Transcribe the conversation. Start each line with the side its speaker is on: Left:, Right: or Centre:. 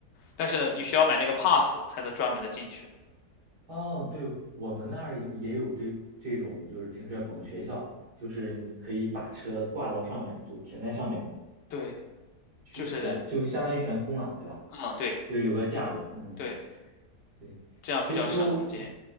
Left: 但是呢，你需要买那个 pass 才能专门的进去。
Right: 哦，对，我们那儿也也有这这种，就是停车棚学校，就是你可以把车挂到上面，就停在上面嘛，
Left: 对，
Right: 悬悬就相当于悬空了，
Left: 就是，
Right: 对吧？
Left: 嗯，对
Right: 就有个架子，嗯，
Left: 对，
Right: 对，
Left: 这样比较省空间。
Right: 就就